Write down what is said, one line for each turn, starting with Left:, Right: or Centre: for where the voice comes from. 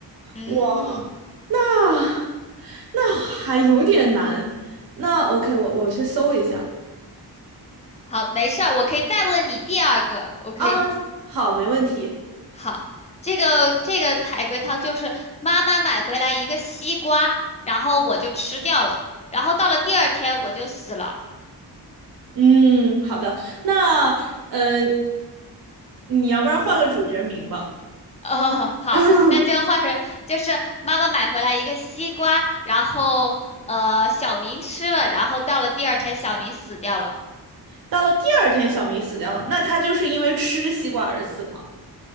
Left: 嗯，
Right: 哇，那那还有点难。那 OK，我我去搜一下
Left: 好，没事儿，我可以再问你第二个，我可以，
Right: 啊。OK，好，没问题。
Left: 好，这个这个海龟汤就是妈妈买回来一个西瓜，然后我就吃掉了，然后到了第二天我就死了。
Right: 嗯，好的。那呃，你要不然换个主角名吧。
Left: <laughs> 哦，好，
Right: <laughs>
Left: 那就换成就是妈妈买回来一个西瓜，然后呃小明吃了，然后到了第二天小明死掉了。
Right: 到了第二天，小明死掉了，那他就是因为吃西瓜而死吗？